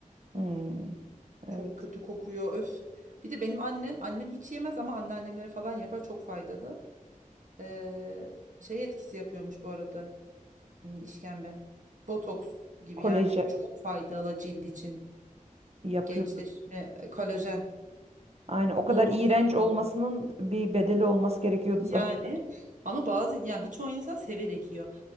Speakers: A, on the right; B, on the right.
A: Hmm, evet.
B: Çok kötü kokuyor öf. Bir de benim annem, annem hiç yemez ama anneannemlere falan yapar çok faydalı. Ee, şey etkisi yapıyormuş bu arada hmm, işkembe. Botoks gibi
A: Koleje
B: yani çok faydalı cilt için.
A: yapıyordu.
B: Gençleşme, e, kolajen,
A: Aynen. O kadar
B: botoks
A: iğrenç
B: için.
A: olmasının bir bedeli olması gerekiyordu
B: Yani
A: <laughs> zaten.
B: ama bazı yani birçok insan severek yiyor.